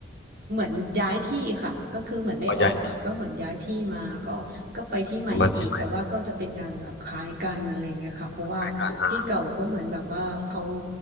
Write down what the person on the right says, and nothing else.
เหมือนย้ายที่ค่ะก็คือเหมือนได้ออกค่ะก็เหมือนย้ายที่มาก็ก็ไปที่ใหม่อีกแต่ว่าก็จะเป็นงานแบบคล้ายกันอะไรอย่างเงี้ยค่ะเพราะว่าที่เก่าก็เหมือนแบบว่าเขา